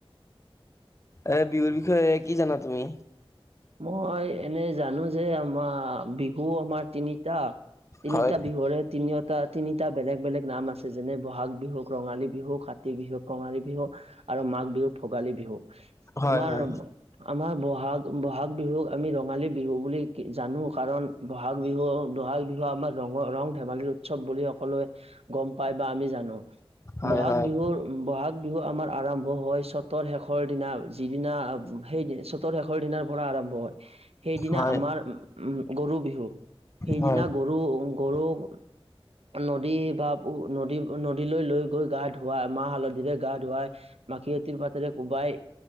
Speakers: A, on the left; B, on the right.
A: এ বিহুৰ বিষয়ে কি জানা তুমি
B: মই এনে জানো যে আমাৰ বিহু আমাৰ তিনিটা তিনিটা
A: হয়
B: বিহুৰে তিনিওটা তিনিটা বেলেগ বেলেগ নাম আছে যেনে ব'হাগ বিহ বিহুক ৰঙালী বিহু কাতি বিহুক কঙালী বিহু আৰু মাঘ বিহুক ভোগালী বিহু
A: হয়
B: আমাৰ
A: হয়
B: আমাৰ বহাগ ব'হাগ বিহুক আমি ৰঙালী বিহু বুলি জানো কাৰণ বহাগ বিহু বহাগ বিহু আমাৰ ৰঙ ৰং ধেমালিৰ উৎসৱ বুলি সকলোৱে গম পায় বা আমি জানো
A: হয়
B: বহাগ
A: হয়
B: বিহুৰ বহাগ বি বিহু আমাৰ আৰম্ভ হয় চতৰ শেষৰ দিনা যিদিনা সেইদিনা চতৰ শেষৰ ঘৰ দিনাৰ পৰা আৰম্ভ হয় সেইদিনা
A: হয়
B: আমাৰ উম গৰু বিহু সেইদিনা
A: হয় হয়
B: গৰু
A: <inaudible>
B: গৰুক নদী বা উ নদী নদীলৈ লৈ গৈ গা ধোৱাাই মাহ হালধিৰে গা ধুৱাই মাখিয়তীৰ পাতেৰে কোবাই